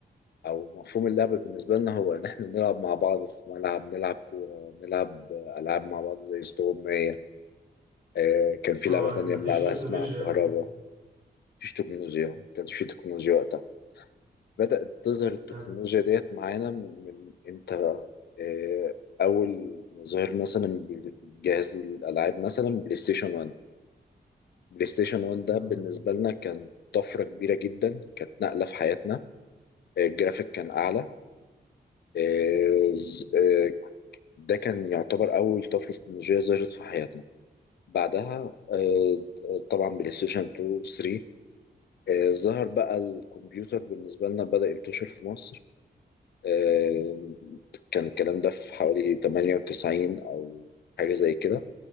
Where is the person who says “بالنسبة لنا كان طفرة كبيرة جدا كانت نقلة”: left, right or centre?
Left